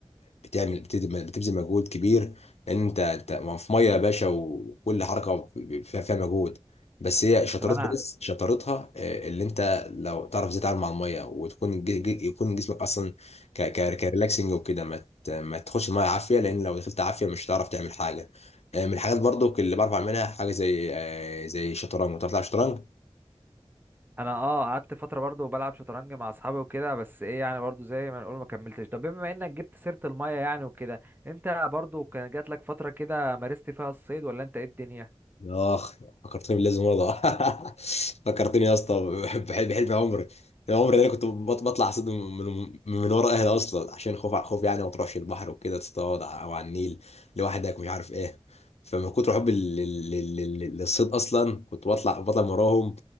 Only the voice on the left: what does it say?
بتعمل بتبذل بتبذل مجهود كبير لان انت أنت في ميه يا باشا وكل حركه فيها فيها مجهود بس هي شطارتها
بس شطارتها آه، اللي انت لو تعرف ازاي تتعامل مع الميه وتكون ج- ج- يكون جسمك اصلا ك ك كريلاكسنج وكده ما ت- ما تخش الميه عافيه لان لو دخلت عافيه مش هتعرف تعمل حاجه آه، من الحاجات برضو اللي بعرف اعملها حاجه زي آه، زي شطرنج بتعرف تلعب شطرنج
اخ فكرتني باللازم ارضى <laughs> فكرتني يا اسطى بحب بحلم عمري يا عمري ده انا كنت بط- بطلع اصطاد من من, من ورا اهلي اصلا عشان خوف خوف يعني ما تروحش البحر وكده تصطاد او على النيل لوحدك مش عارف ايه فمن كتر حبي لل- لل- لل- للصيد اصلا كنت بطلع بطلع من وراهم